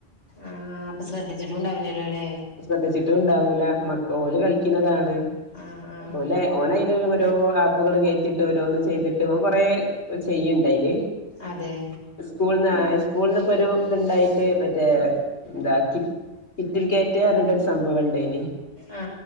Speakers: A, on the left; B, on the left.
A: ആഹ അപ്പൊ ശ്രദ്ധിച്ചിട്ടുംണ്ടാവില്ല ലെ.
B: ശ്രദ്ധിച്ചിട്ടും ഇണ്ടാവൂല മക്ക ഓല് കളിക്കിണതാണ്..
A: ആ ആ
B: ഓല്ലെ ഓന് അതില് ഓരോ ആപ്പുകൾ കയറ്റിട്ട് ഓരോന്ന് ചെയ്തിട്ട് ഓൻ കൊറെ. ചെയ്യുണ്ടായില്
A: അതെ
B: സ്കൂൾന്ന് അഹ സ്കൂളന്ന് ഇപ്പൊ ഒരു ഇത്ണ്ടായി മറ്റേ എന്താ കി കിറ്റിൽ കയറ്റ അറിഞ്ഞിട്ടരു സംഭവം ഇണ്ട ഇനി.
A: ആ